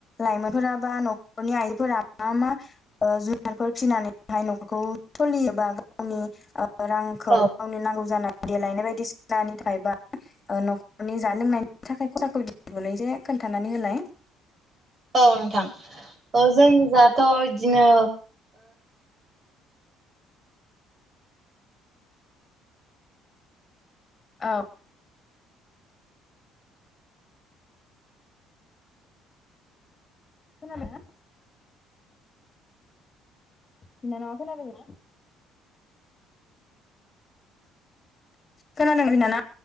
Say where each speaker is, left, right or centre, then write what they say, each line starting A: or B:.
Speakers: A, on the left; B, on the right.
A: लाइमोनफोरा बा नखरनि आइफोरा मा मा ओ जुनारफोर फिसिनानैहाय नखरखौ सलियो एबा गावनि रांखौ
B: औ
A: गावनि नांगौ जानाय देलायनाय बायदिसिनानि थाखाय बा ओ नखरनि जानाय लोंनायनि थाखाय खरसाखौनो दिहुनो जे खोन्थानानै होलाय।
B: औ नोंथां ओ जोंनिजाथ' इदिनो
A: औ खोनादोंना? बिनानावा खोनादोंना? खोनादों बिनानाव?